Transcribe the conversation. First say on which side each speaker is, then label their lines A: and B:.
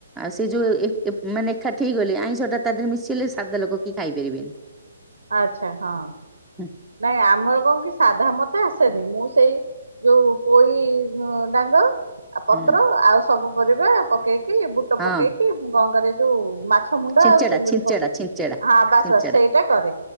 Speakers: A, in the centre; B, on the right.
A: ଆଉ ସେ ଯୋଉ ଏ ଏମାନେ ଏକାଠି ହେଇଗଲେ, ଆଇଁଷ ଟା ତା ଦେହରେ ମିଶିିଲେ ସାଧା ଲୋକ କେହି ଖାଇ ପାରିବେନି।
B: ଆଛା ହଁ।
A: ହୁଁ
B: ନାଇଁ ଆମର କଁ କି ସାଧା ମତେ ଆସେନି ମୁଁ ସେଇ। ଯୋଉ ପୋଇ ଅଁ ଡାଙ୍ଗ। ଆଉ ପତ୍ର
A: ହୁଁ
B: ଆଉ ସବୁ ପରିବା ପକେଇକି, ବୁଟ
A: ହଁ
B: ପକେଇକି, ମୁଁ କଁ କରେ ଯୋଉ ମାଛ। ମାଛ ମୁଣ୍ଡ
A: ଛିଞ୍ଚେଡା
B: ଆଉ ଚିଙ୍ଗୁଡି
A: ଛିଞ୍ଚେଡା
B: ପକେଇ
A: ଛିଞ୍ଚେଡା
B: ହଁ ବାସ୍
A: ଛିଞ୍ଚେଡା
B: ବାସ୍ ସେଇଟା କରେ